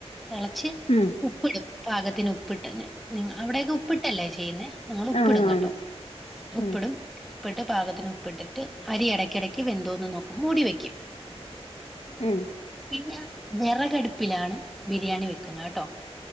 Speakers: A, in the centre; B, on the left (about 70°).
A: തിളച്ച്
B: ഉം
A: ഉ ഉപ്പിടും പാകത്തിന് ഉപ്പിട്ട് നി അവിടയൊക്കെ ഉപ്പിട്ടല്ലേ ചെയ്യുന്നെ ഞങ്ങള് ഉപ്പിടും
B: ആ ആണ്
A: കേട്ടോ
B: ആണ്
A: ഉപ്പിടും
B: ഉം
A: ഉപ്പിട്ട് പാകത്തിന് ഉപ്പിട്ടിട്ട് അരി ഇടയ്ക്കിടക്ക് വെന്തോന്ന് നോക്കും മൂടി വെക്കും
B: ഉം.
A: പിന്നെ വെറകടുപ്പിലാണ് ബിരിയാണി വെക്കുന്നത് കേട്ടോ